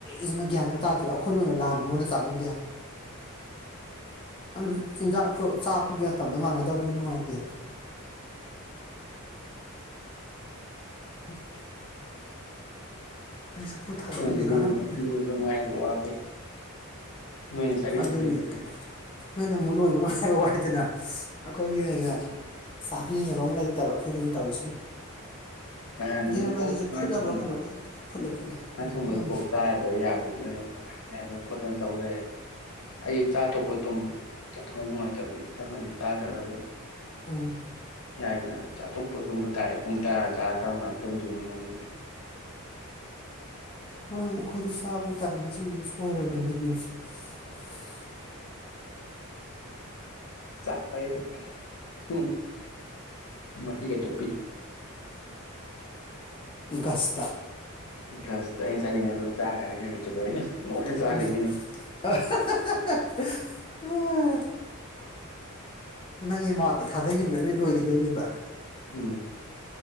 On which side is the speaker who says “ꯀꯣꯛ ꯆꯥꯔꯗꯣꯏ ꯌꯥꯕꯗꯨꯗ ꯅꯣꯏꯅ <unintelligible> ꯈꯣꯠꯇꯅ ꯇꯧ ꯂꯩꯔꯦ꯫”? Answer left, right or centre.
Left